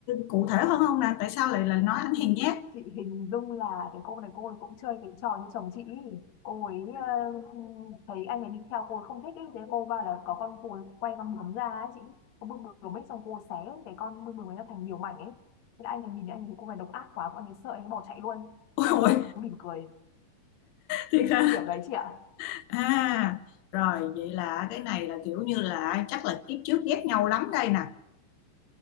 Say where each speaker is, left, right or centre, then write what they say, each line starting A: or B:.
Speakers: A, on the left (about 85°); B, on the left (about 50°).
A: cụ thể hơn không nè tại sao lại là nói anh
B: thì
A: hèn nhát
B: chị hình dung là cái cô này cô ấy cũng chơi cái trò như chồng chị ý. cô ấy ờ, thấy anh này đi theo cô ấy không thích ý thế cô va là có con cô ấy quay con bướm ra ấy, chị con bướm bướm ấy xong cô ấy xé cái con bướm bướm ấy ra thành nhiều mảnh ấy thế là anh này nhìn thấy anh ấy thấy cô này độc ác quá anh ấy sợ anh ấy bỏ chạy luôn
A: <laughs> Ôi
B: xong
A: ôi
B: cô ấy mỉm cười
A: thiệt hả
B: kiểu đấy chị ạ
A: à rồi vậy là cái này là kiểu như là chắc là kiếp trước ghét nhau lắm đây nè